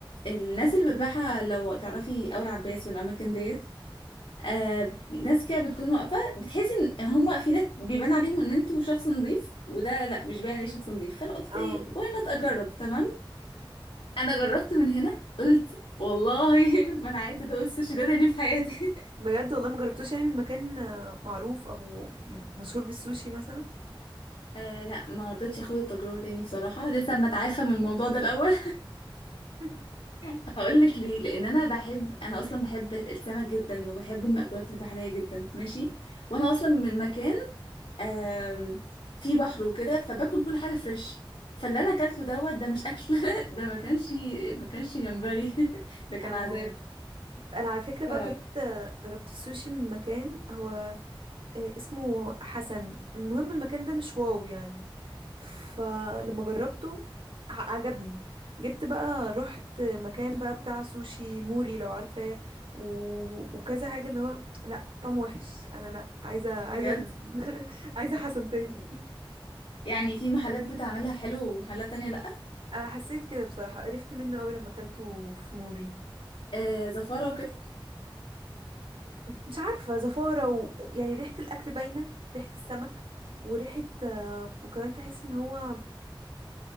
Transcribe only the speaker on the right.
اه
<laughs>
بجد والله ما جربتوش يعني من مكان آه، معروف أو م- مشهور بالسوشي مثلا؟
<laughs>
اه
انا على فكره بقى
جربت جربت السوشي من مكان هو آه، اسمه حسن المهم المكان ده مش واو يعني فلما جربته ع- عجبني جبت بقى رحت مكان بقى بتاع سوشي موري لو عارفاه و... وكذا حاجه اللي هو لا طعمه وحش انا لا عايزه
عايزه ال... <laughs> عايزه حسن تاني <laughs>
آه، حسيت كده بصراحه قرفت منه قوي لما اكلته في موري
مش عارفة زفارة و... يعني ريحة الأكل باينة ريحة السمك وريحة آه، وكمان تحس ان هو